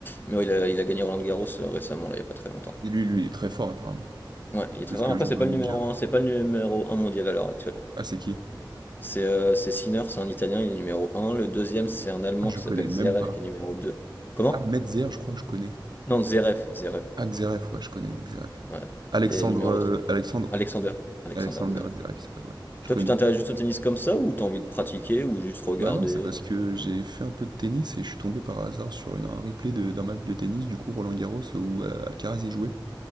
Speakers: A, on the left (about 25°); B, on the right (about 60°).
A: Mais ouais, il a, il a gagné Roland Garros euh, récemment, là, il y a pas très longtemps.
B: Et lui, lui, il est très fort, apparemment,
A: Ouais, il est très
B: de ce
A: fort.
B: que
A: Après,
B: j'entends
A: c'est pas
B: lui
A: le numéro
B: dire.
A: un, c'est pas le numéro un mondial à l'heure actuelle.
B: Ah, c'est qui?
A: C'est euh, c'est Sinner, c'est un Italien, il est numéro un. Le deuxième, c'est un Allemand
B: Ah, je
A: qui
B: connais
A: s'appelle
B: même
A: Zverev,
B: pas.
A: qui est numéro 2. Comment?
B: Ah, Medzer, je crois que je connais.
A: Non, Zverev, Zverev.
B: Ah, Xeref, ouais, je connais, Xeref.
A: Ouais.
B: Alexandre,
A: Et numéro
B: euh,
A: 3,
B: Alexandre,
A: Alexander. Alexander
B: Alexander
A: Zverev.
B: Xeref, il s'appelle, ouais, je
A: Toi,
B: connais.
A: tu t'intéresses juste au tennis comme ça, ou t'as envie de pratiquer, ou juste regarder?
B: Bah non, c'est parce
A: euh
B: que j'ai fait un peu de tennis et je suis tombé par hasard sur une- un replay de- d'un match de tennis, du coup, Roland Garros, où euh, Alcaraz y jouait.